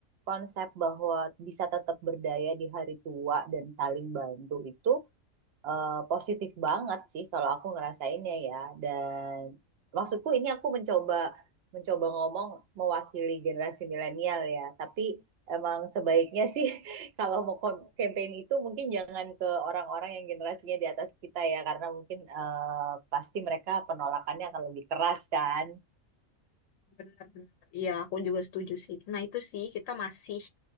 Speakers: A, on the right; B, on the left.
A: konsep bahwa bisa tetap berdaya di hari tua dan saling bantu itu eh, positif banget sih kalau aku ngerasainnya ya. Dan maksudku ini aku mencoba mencoba ngomong mewakili generasi milenial ya. Tapi emang sebaiknya sih <laughs> kalau mau kom- campaign itu mungkin jangan ke orang-orang yang generasinya di atas kita ya, karena mungkin eh, pasti mereka penolakannya akan lebih keras kan.
B: Benar-benar. Iya, aku juga setuju sih. Nah, itu sih kita masih